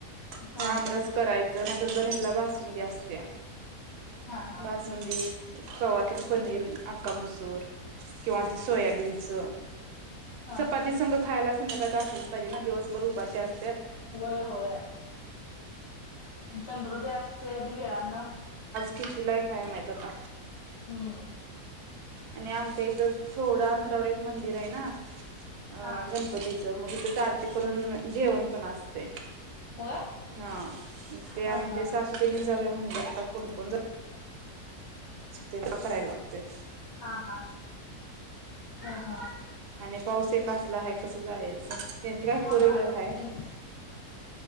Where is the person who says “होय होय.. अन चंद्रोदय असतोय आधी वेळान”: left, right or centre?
Left